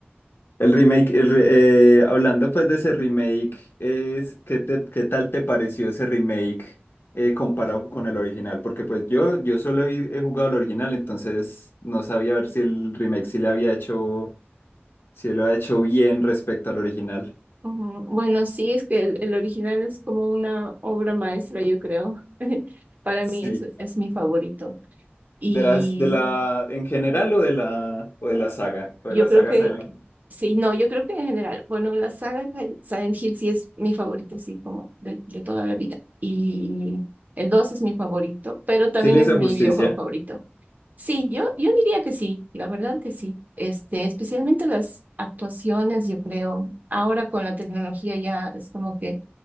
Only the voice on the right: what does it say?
Ujú. Bueno, sí, es que el, el original es como una obra maestra, yo creo. <laughs> Para
mí es, es mi favorito. Y
yo
creo
que,
sí, no, yo creo que en general, bueno, la saga de Silent Hill sí es mi favorita, sí como de, de toda la vida. Y el 2 es mi favorito, pero también
es
mi
videojuego favorito. Sí, yo, yo diría que sí, la verdad que sí. Este, especialmente las actuaciones, yo creo. Ahora con la tecnología ya es como que